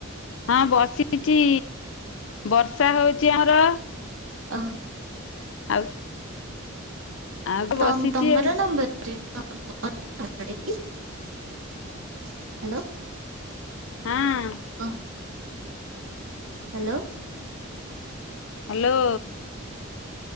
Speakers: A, on the left; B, on the right.
A: ହଁ ବସିଚି, ବର୍ଷା ହଉଚି ଆମର।
B: ଅହ
A: ଆଉ ଆଉ
B: ତମ୍
A: ବସିଛି
B: ତମର
A: ଆଉ
B: ମୃତ୍ୟୁ ପତ ପତ ପକଡେ଼କି ହାଲୋ!
A: ହାଁ!
B: ଅଁ ହାଲୋ
A: ହାଲୋ!